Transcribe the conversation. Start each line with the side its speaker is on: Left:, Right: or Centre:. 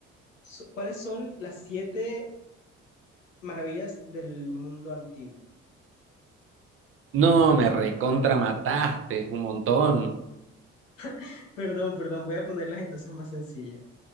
Left: so- ¿cuáles son las siete maravillas del mundo antiguo?
Right: No, me recontra mataste un montón.
Left: <laughs> Perdón, perdón, voy a ponerlas entonces más sencillas.